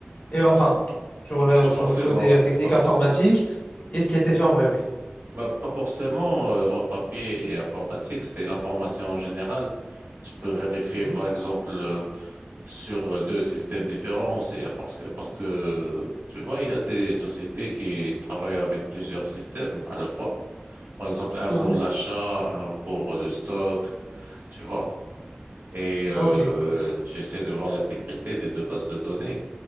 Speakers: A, on the left; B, on the right.
A: et enfin sur le
B: Pas
A: sur
B: forcément,
A: le côté euh, technique
B: pas forc-
A: informatique et ce qui a été fait en vrai.
B: ben, pas forcément euh, en papier et informatique, c'est l'information en général. Tu peux vérifier,
A: Mhm.
B: par exemple, euh, sur euh, deux systèmes différents. C'est parce que, parce que, tu vois, il y a des sociétés qui travaillent avec plusieurs systèmes à la fois. Par exemple, un
A: Mhm.
B: pour l'achat, un pour le stock, tu vois. Et euh,
A: Ok,
B: tu essaies de voir l'intégrité des deux bases de données.